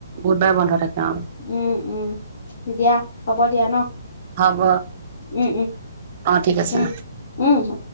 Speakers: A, on the right; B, on the left.
A: বুধবাৰে বন্ধ থাকে অ
B: উম উম দিয়া হ'ব দিয়া ন
A: হব
B: উম উম
A: অ ঠিক আছে
B: উম উম হ'ব